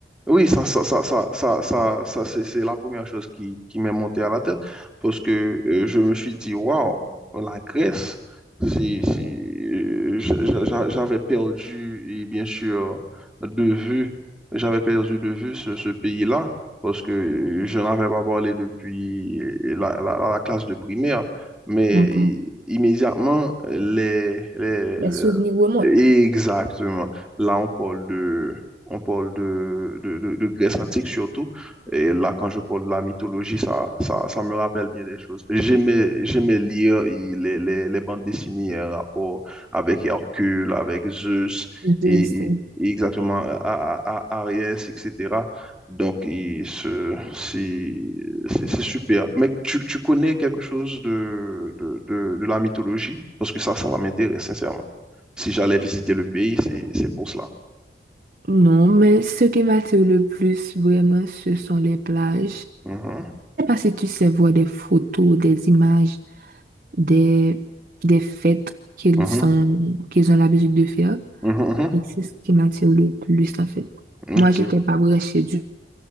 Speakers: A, in the centre; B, on the right.
A: Oui, ça, ça, ça, ça, ça, ça, ça, c'est c'est la première chose qui, qui m'est montée à la tête parce que euh, je me suis dit, waouh, la Grèce, c'est, c'est, euh, j'a- j'a- j'avais perdu, et bien sûr, de vue, j'avais perdu de vue ce, ce pays-là parce que euh, je n'avais pas parlé depuis euh, la, la, la classe de primaire, mais
B: D'accord.
A: i- immédiatement, les, les,
B: Les
A: les-
B: souvenirs remontent.
A: Exactement. Là, on parle de on parle de, de, de- de Grèce antique surtout. Et là, quand je parle de la mythologie, ça, ça, ça me rappelle bien des choses. J'aimais, j'aimais lire et les, les, les bandes dessinées en rapport avec Hercule, avec Zeus,
B: de
A: et,
B: ce-
A: et- et exactement à, à- à- Ariès, etc. Donc, et ce- c'est c'est- c'est super. Mais tu, tu connais quelque chose de, de, de, de la mythologie? Parce que ça, ça m'intéresse sincèrement. Si j'allais visiter le pays, c'est c'est pour cela.
B: Non, mais ce qui m'attire le plus, vraiment, ce sont les plages.
A: Mhm,
B: Je sais pas si tu sais voir des photos, des images, des, des fêtes qu'ils
A: mhm.
B: sont, qu'ils ont l'habitude de faire.
A: Mhm, mhm.
B: Et c'est ce qui m'attire le plus, en fait.
A: Ok.
B: Moi, j'étais pas branchée du